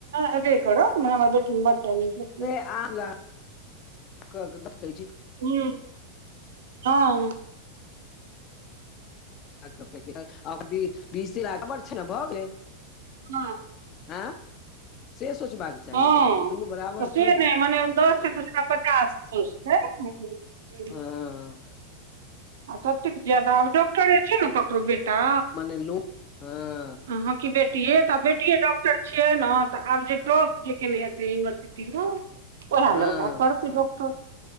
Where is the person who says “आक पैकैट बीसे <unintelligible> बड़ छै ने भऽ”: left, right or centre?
Left